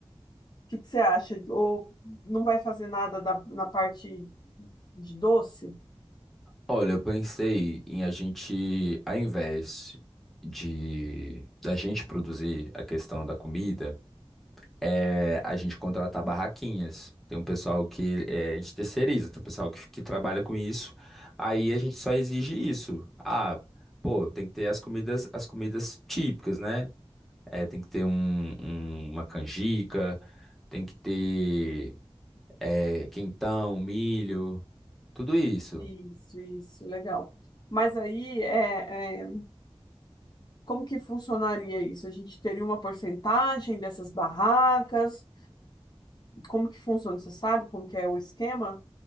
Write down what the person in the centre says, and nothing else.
olha, eu pensei em a gente, ao invés de da gente produzir a questão da comida, é a gente contratar barraquinhas. Tem um pessoal que é, a gente terceiriza, tem um pessoal que, que trabalha com isso. Aí a gente só exige isso. Ah, pô, tem que ter as comidas, as comidas típicas, né? É, tem que ter um, um- uma canjica, tem que ter é, quentão, milho, tudo isso.